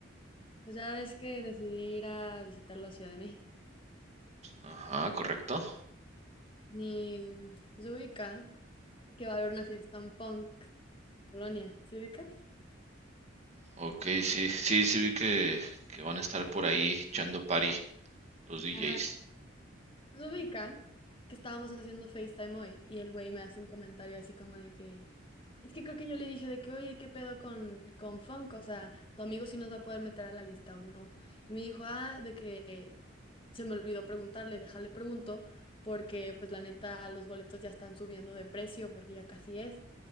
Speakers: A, on the left (about 25°); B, on the right (about 35°).
A: Pues ya ves que decidí ir a visitar la Ciudad de México.
B: Ajá, correcto.
A: Y pues, se ubica que va a haber una fiesta en punk en Polonia. ¿Se ubicas?
B: Ok, sí, sí, sí vi que, que van a estar por ahí echando party los DJs.
A: Ajá. Se ubica que estábamos haciendo FaceTime hoy y el güey me hace un comentario así como de que, es que creo que yo le dije de que, oye, ¿qué pedo con, con Funk? O sea, tu amigo sí nos va a poder meter a la lista o no. Y me dijo, ah, de que se me olvidó preguntarle, déjale pregunto, porque pues la neta los boletos ya están subiendo de precio porque ya casi es.